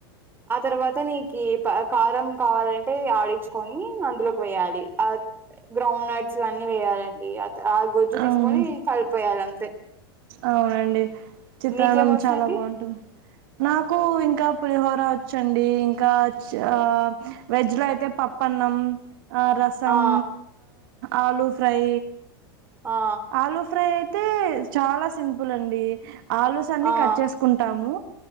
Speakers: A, on the right; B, on the right.
A: ఆ తర్వాత నీకీ కారం కావాలంటే ఆడించుకొని అందులోకి వేయాలి గ్రౌండ్ నట్స్ అన్ని వేయాలండి ఆ గొజ్జు
B: అవును
A: తీసుకొని కల్పేయాలి అంతే
B: అవునండి చిత్రాన్నం
A: మీకేమొచ్చండి
B: చాలా బాగుంటుంది నాకు ఇంకా పులిహోర వచ్చండి ఇంకా ఆవెజ్ లో అయితే పప్ప అన్నం ఆ రసం
A: ఆ
B: ఆలూ ఫ్రై
A: ఆ
B: ఆలుూ ఫ్రై అయితే చాలా సింపుల్ అండి ఆలూస్ అన్నీ
A: ఆ
B: కట్ చేసుకుంటాము